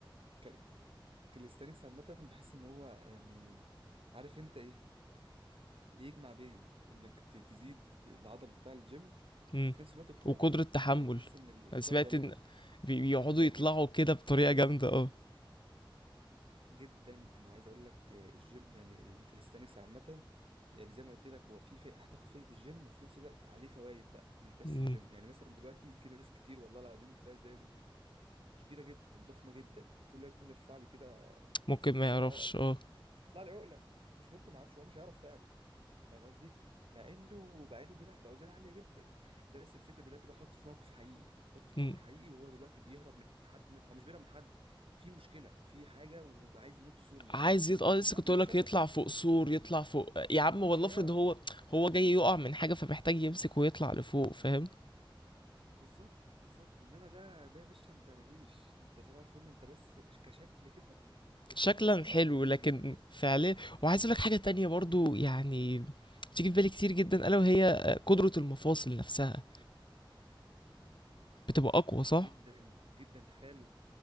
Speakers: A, on the right; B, on the left.
A: كال... كاليستانكس عامه بحس ان هو يعني عارف انت ايه بيجمع بين انك ت- تزيد العضل بتاع الجيم
B: امم
A: وفي نفس الوقت القوه
B: وقدره تحمل
A: يعني بحس ان ال- القوه
B: انا سمعت
A: العضليه
B: ان بي- بيقعدوا
A: جامدة
B: يطلعوا
A: جدا
B: كده بطريقه
A: جامدة
B: جامده
A: جدا
B: اه
A: جدا انا عايز اقول لك آه، الجيم يعني الكاليستانكس عامة يعني زي ما قلت لك هو في في- هتاخد فايدة الجيم وفي نفس الوقت عليه فوائد بقى مش بس
B: مم.
A: الجيم يعني مثلا دلوقتي في ناس كتير والله العظيم تلاقي زي ال- كبيرة جدا ضخمة جدا وتقول لها بنرفع لي كده
B: ممكن
A: ست
B: ما
A: سبع
B: يعرفش
A: عقل
B: اه
A: ست- طلع لي عقله مش ممكن ما اعرفش هو مش هيعرف فعلا فاهم قصدي مع انه مع انه بيلعب باوزان عاليه جدا بس الفكره دلوقتي بحط في موقف حقيقي حط في
B: مم.
A: موقف حقيقي وهو دلوقتي بيهرب من حد او مش بيهرب من حد في مشكله في حاجه وعايز ينط سور معين
B: عايز يط...
A: والله
B: اه لسه
A: مش عارف
B: كنت
A: مش
B: اقول لك
A: عارف
B: يطلع
A: يطلع السور
B: فوق سور يطلع فوق يا عم
A: مش
B: هو
A: هيعرف
B: افرض هو هو جاي يقع من حاجه فمحتاج يمسك ويطلع لفوق فاهم
A: بالظبط بالظبط انما ده ده يا باشا انت مفيش انت سبع الفل انت بس كشكل كده انت
B: شكلا
A: كشكل اه
B: حلو
A: جميل
B: لكن
A: جدا
B: فعليا وعايز اقول لك حاجه تانية برضو يعني بتيجي في بالي كتير جدا الا وهي آه، قدره المفاصل نفسها بتبقى اقوى صح
A: جدا جدا تخيل